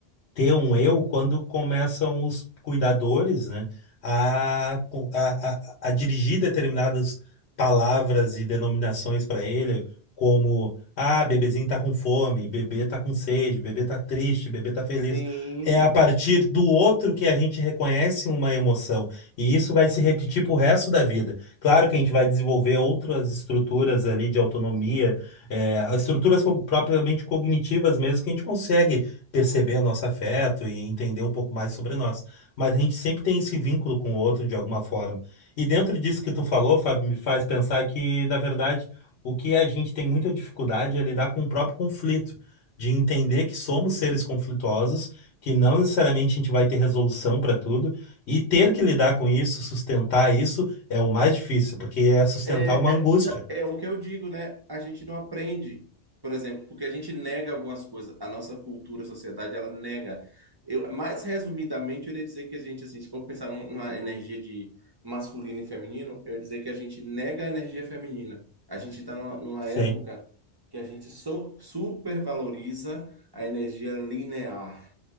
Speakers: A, on the left (about 85°); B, on the right (about 25°).
A: ter um eu quando começam os cuidadores, né, a, co- a, a, a dirigir determinadas palavras e denominações para ele, como ah, bebezinho tá com fome, bebê tá com sede, bebê tá triste, bebê tá feliz.
B: Sim.
A: É a partir do outro que a gente reconhece uma emoção, e isso vai se repetir pro resto da vida. Claro que a gente vai desenvolver outras estruturas ali de autonomia, eh, as estruturas co- propriamente cognitivas mesmo que a gente consegue perceber o nosso afeto e entender um pouco mais sobre nós. Mas a gente sempre tem esse vínculo com o outro de alguma forma. E dentro disso que tu falou, Fábio, me faz pensar que, na verdade, o que a gente tem muita dificuldade é lidar com o próprio conflito, de entender que somos seres conflituosos, que não necessariamente a gente vai ter resolução para tudo, e ter que lidar com isso, sustentar isso, é o mais difícil, porque é sustentar
B: É,
A: uma angústia.
B: é, tá, é o que eu digo, né? A gente não aprende, por exemplo, porque a gente nega algumas coisas. A nossa cultura, a sociedade, ela nega. Eu, mais resumidamente, eu iria dizer que a gente, assim, se for pensar num- numa energia de masculino e feminino, eu ia dizer que a gente nega a energia feminina. A gente está numa, numa
A: Sim.
B: época que a gente so, supervaloriza a energia linear,